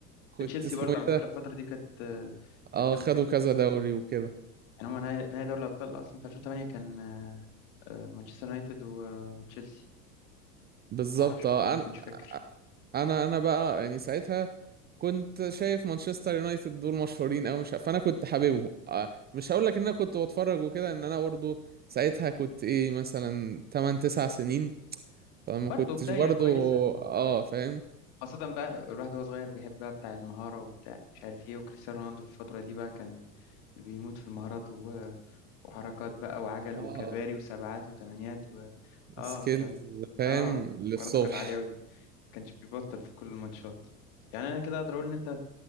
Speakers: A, on the right; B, on the left.
A: كنت
B: تشيلسي
A: اسمه
B: برضه
A: ايه
B: على فكرة
A: ده
B: الفترة دي كانت آه، كانت
A: اه
B: جامدة
A: خدوا
B: جدا
A: كذا دوري وكده
B: يعني هما نهائي نهائي دوري الأبطال أصلا في 2008 كان آه، آه، مانشستر يونايتد و- وتشيلسي
A: بالظبط
B: معرفش
A: اه
B: ممكن ما
A: انا
B: تكونش فاكر
A: انا انا بقى يعني ساعتها كنت شايف مانشستر يونايتد دول مشهورين او مش فانا كنت حاببهم آه، مش هقول لك ان انا كنت بتفرج وكده ان انا برضو ساعتها كنت ايه مثلا 8 9 سنين فما
B: برضه
A: كنتش
B: بداية
A: برضو
B: كويسة
A: اه فاهم
B: خاصة بقى الواحد وهو صغير بيحب بقى بتاع المهارة وبتاع مش عارف ايه وكريستيانو رونالدو في الفترة دي بقى كان بيموت في المهارات و... وحركات بقى وعجل
A: اه
B: وكباري وسبعات وتمانيات و... اه
A: سكيلز
B: كان
A: فاهم
B: اه
A: للصبح
B: مهاراته كانت عالية أوي كانش بيبطل في كل الماتشات يعني أنا كده أقدر أقول إن أنت